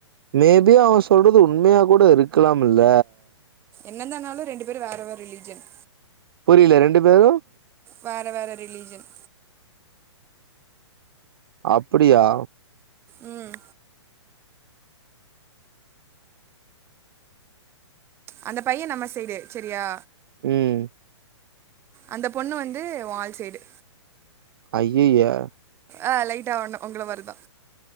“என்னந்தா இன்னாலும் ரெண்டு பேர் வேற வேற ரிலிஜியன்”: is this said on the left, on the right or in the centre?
Right